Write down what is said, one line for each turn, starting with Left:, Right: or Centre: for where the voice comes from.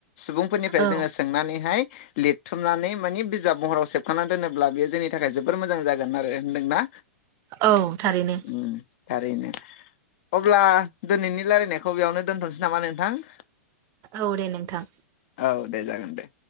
Left: सुबुंफोरनिफ्राय
Right: औ
Left: जोंङो सोंनानैहाय लिरथुमनानै माने बिजाब महराव सेबखांना दोनोब्ला बेयो जोंनि थाखाय जोबोर मोजां जागोन आरो होनदोंना?
Right: औ थारैनो
Left: उम थारैनो। अब्ला दिनैनि लारायनायखौ बेयावनो दोनथ'सै नामा नोंथां?
Right: औ दे नोंथां।
Left: औ दे जागोन दे।